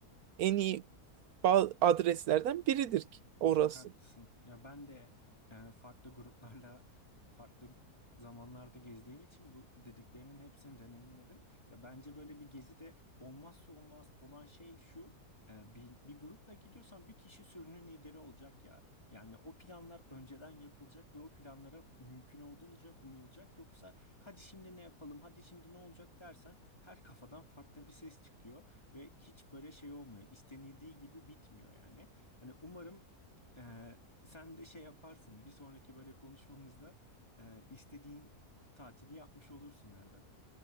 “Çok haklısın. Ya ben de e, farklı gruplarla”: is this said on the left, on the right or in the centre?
Left